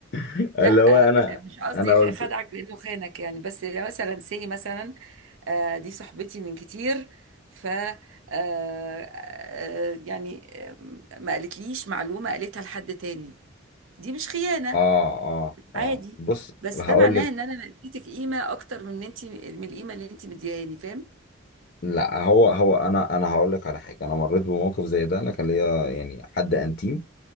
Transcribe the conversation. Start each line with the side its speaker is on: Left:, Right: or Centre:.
Left: <laughs>
Right: لا
Left: اللي هو انا
Right: مش قصدي
Left: انا قلت
Right: خدعك بانه خانك يعني بس لو مثلا سي مثلا آه، دي صاحبتي من كتير ف آه، آه، يعني آه، ما قالتليش معلومة قالتها لحد تاني دي مش خيانة
Left: اه اه اه
Right: عادي
Left: بص
Right: بس
Left: هقول
Right: ده معناه
Left: لك
Right: ان انا اديتك قيمة اكتر من انت من القيمة اللي انت مديهاني فاهم؟
Left: لا هو هو انا انا هقول لك على حاجة انا مريت بموقف زي ده انا كان ليا يعني حد انتيم